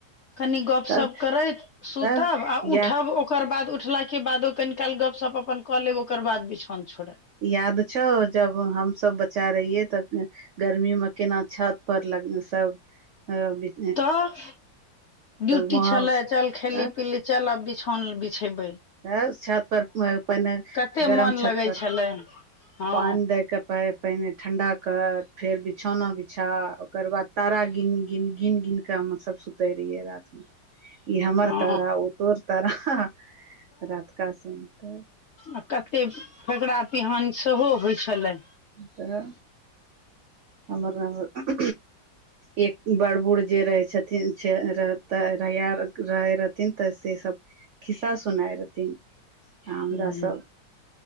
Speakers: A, on the left; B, on the right.
A: कनि गप
B: तब
A: सब करैत सुतब
B: तब
A: आ
B: या
A: उठब ओ ओकर बाद उठला के बादो कनि काल गपशप अपन कऽ लेब ओकर बाद बिछौन छोड़ब।
B: याद छौ जब हमसब बच्चा रहियै तऽ गर्मी म केना छत पर लग सब अ बि
A: तऽह ड्यूटी
B: वहाँ
A: छले चल खेली पिली चल आब बिछौन बिछेब्बै।
B: तऽ छत पर पहिने
A: कते
B: गरम
A: मोन
B: छत
A: लगै
B: पर
A: छलै हँ
B: पान दय क पैर पहिने ठण्डा कऽर फेर बिछौना बिछा ओकर बाद तारा गिन- गिन- गिन -गिन के हम सब सुतै रहियै रातमे ई हमर
A: हँ
B: तारा ओ तोर तारा। रात का सुनतऽ
A: आ कते फकरा पिहान सेहो होइ छले।
B: तऽ। एमर- आमर एक बड़ बूढ़ जे रहै छथिन <unintelligible> तहिया रहै रहथिन तऽ से सब खिस्सा सुनाय रहथिन आ हमरा
A: हूँ।
B: सब